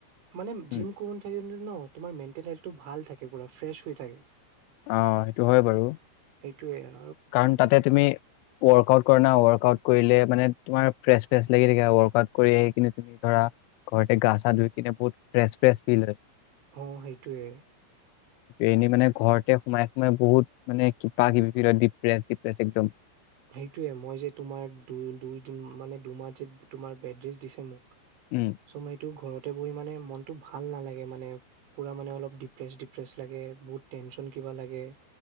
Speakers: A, on the right (about 75°); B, on the left (about 90°).
A: মানে
B: উম
A: জিম কোন ঠাইত নো? ন তোমাৰ মেটেল হেল্থটো ভাল থাকে পুৰা ফ্ৰেছ হৈ থাকে।
B: অ সেইটো হয় বাৰু
A: এইটোৱেই আ
B: কাৰণ তাতে তুমি ৱৰ্কআউট কৰা না ৱৰ্কআউট কৰিলে মানে তোমাৰ ফ্ৰেছ ফ্ৰেছ লাগি থাকে ৱৰ্কআউট কৰি আহি কিনে তুমি ধৰা ঘৰতে গা চা ধুই কিনে বহুত ফ্ৰেছ ফ্ৰেছ ফিল হয়।
A: অ সেইটোৱে
B: এনেই মানে ঘৰতে সোমাই সোমাই বহুত মানে কিবা কিবি <unintelligible> প্ৰেছ ডি প্ৰেছ একদম
A: সেইটোৱে মই যে তোমাৰ দু দুইদিন মানে দুমাহ যে তোমাৰ বেড্ৰেছ দিছে মোক
B: উম
A: চমাইটো ঘৰত যৰতে বহি মানে মনটো ভাল নালাগে মানে পূৰা মানে অলপ ডিপ্ৰেছ ডিপ্ৰেছ লাগে বহুত টেনচন কিবা লাগে।